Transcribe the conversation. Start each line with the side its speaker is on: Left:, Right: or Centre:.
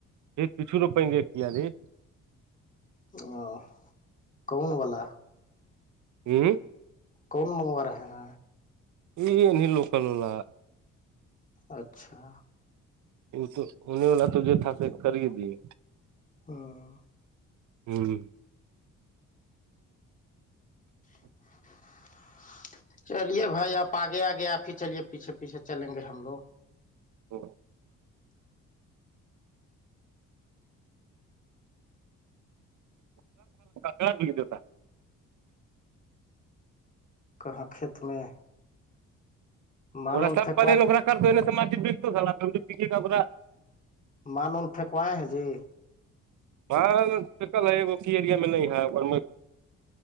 Right: یہ پیچھ لوپائ گے کیا ہے رے
Left: ا کون والا
Right: ہی
Left: کون منگوا رہے ہیں
Right: یہ نہیں لوکل واللا
Left: اچھا
Right: تو انہیں والا تو یہ تھا کر ہی دیے
Left: ہاں
Right: ہوں
Left: <unintelligible> چلیے بھائی آپ آگے آگے آپ ہی چلیے پیچھے پیچھے چلیں گے ہم لوگ
Right: <unintelligible> کر ب جتاا
Left: کہاں کھیت میں مان ان
Right: س
Left: پھینکوا
Right: پ کر س
Left: مانون پھنکوائے ہیں جی
Right: ہاں شکل ہے وہ کی ایریا میں نہیں ہے اور